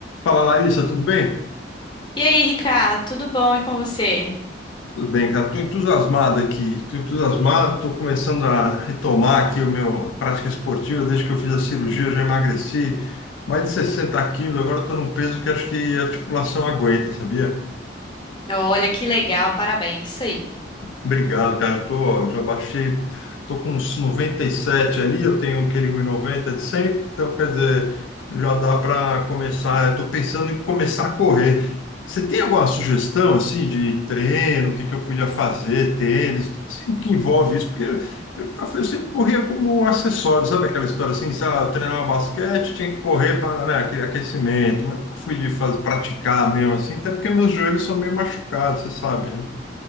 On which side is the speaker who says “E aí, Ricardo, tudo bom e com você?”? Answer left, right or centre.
Left